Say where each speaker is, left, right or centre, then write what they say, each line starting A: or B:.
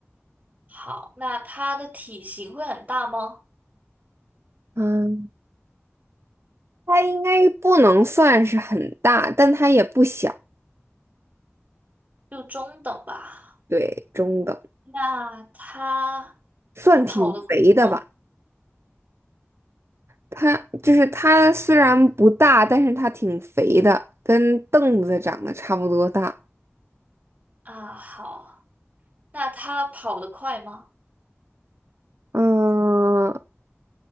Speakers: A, on the right (about 40°); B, on the right (about 65°).
A: 好，那它的体型会很大吗？
B: 嗯，它应该不能算是很大，但它也不小，
A: 就中等吧。
B: 对，中等，
A: 那它
B: 算挺肥的吧。
A: 它跑得快吗？
B: 它就是它虽然不大，但是它挺肥的，跟凳子长得差不多大。
A: 啊，好，那它跑得快吗？
B: 嗯，